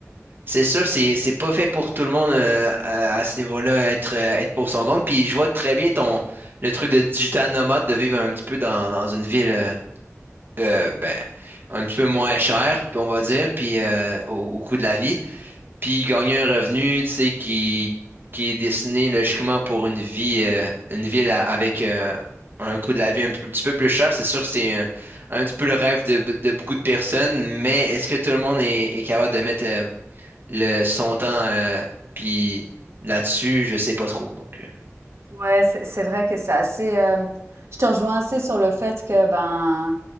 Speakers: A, on the right; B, on the right.
A: c'est sûr, c'est c'est pas fait pour tout le monde euh, à, à ce niveau-là, être, euh, être pour son compte. Puis je vois très bien ton le truc de digital nomade, de vivre un petit peu dans, dans une ville. euh, euh, ben, un petit peu moins cher, puis on va dire, puis euh, au, au coût de la vie, puis gagner un revenu, tu sais, qui, qui est destiné logiquement pour une vie, euh, une ville à- avec euh, un coût de la vie un peu- petit peu plus cher. C'est sûr, c'est un, un petit peu le rêve de, de beaucoup de personnes, mais est-ce que tout le monde est, est capable de mettre euh, le, son temps euh, puis là-dessus, je sais pas trop, donc.
B: Ouais, c'est c'est vrai que c'est assez. euh, je te rejoins assez sur le fait que ben,